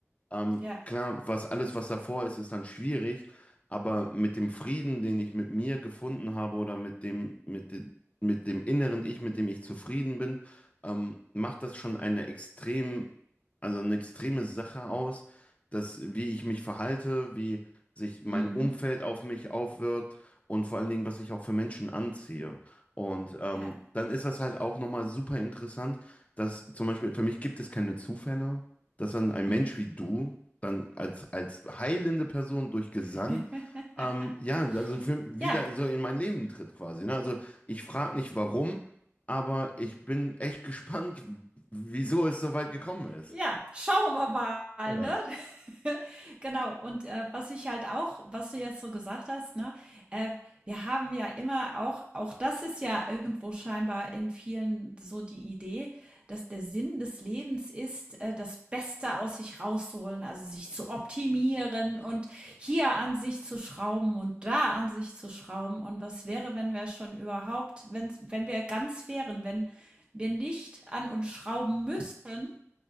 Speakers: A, on the left; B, on the right.
A: Ähm,
B: Ja.
A: klar, was alles, was davor ist, ist dann schwierig, aber mit dem Frieden, den ich mit mir gefunden habe oder mit dem, mit de, mit dem inneren Ich, mit dem ich zufrieden bin, ähm, macht das schon eine extrem, also eine extreme Sache aus, dass wie ich mich verhalte, wie sich mein
B: Mhm.
A: Umfeld auf mich aufwirkt und vor allen Dingen, was ich auch für Menschen anziehe. Und ähm,
B: Ja.
A: dann ist das halt auch nochmal super interessant, dass zum Beispiel für mich gibt es keine Zufälle dass dann ein
B: Mhm.
A: Mensch wie du dann als, als heilende Person durch Gesang,
B: <laughs>
A: ähm, ja, also für, wieder
B: Ja.
A: so in mein Leben tritt quasi. Ne? Also ich frage nicht warum, aber ich bin echt gespannt, wieso es so weit gekommen ist.
B: Ja, schauen wir mal,
A: Ja.
B: ne? <laughs> Genau. Und, äh, was ich halt auch was du jetzt so gesagt hast, ne, äh, wir haben ja immer auch auch das ist ja irgendwo scheinbar in vielen so die Idee, dass der Sinn des Lebens ist, äh, das Beste aus sich rauszuholen, also sich zu optimieren und hier an sich zu schrauben und da an sich zu schrauben. Und was wäre, wenn wir schon überhaupt wenn wenn wir ganz wären, wenn wir nicht an uns schrauben müssten,